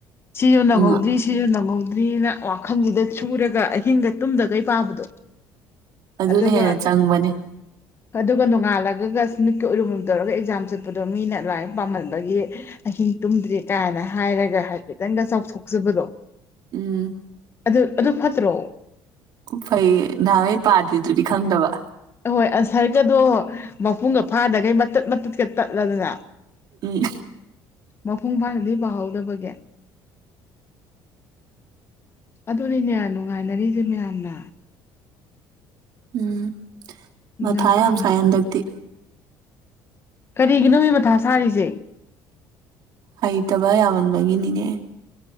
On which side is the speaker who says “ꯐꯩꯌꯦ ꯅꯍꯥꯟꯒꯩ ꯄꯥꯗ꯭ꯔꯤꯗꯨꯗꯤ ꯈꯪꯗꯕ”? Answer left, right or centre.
Right